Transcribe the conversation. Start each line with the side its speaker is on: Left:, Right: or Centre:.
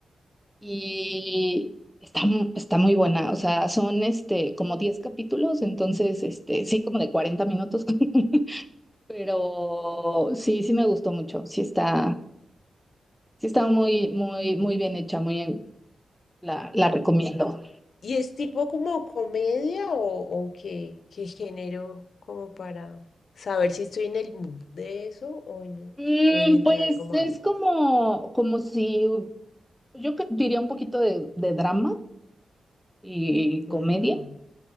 Centre: Y está, mu- está muy buena, o sea, son este, como 10 capítulos, entonces, este, sí, como de 40 minutos, <laughs> pero sí, sí me gustó mucho, sí está, sí está muy, muy, muy bien hecha, muy, la, la recomiendo.
Left: ¿Y es tipo como comedia o, o qué, qué género como para saber si estoy en el mood de eso o en el,
Centre: Mm,
Left: o en el
Centre: pues
Left: de algo más?
Centre: es como, como si, yo que- diría un poquito de, de drama y comedia,
Left: Ujú,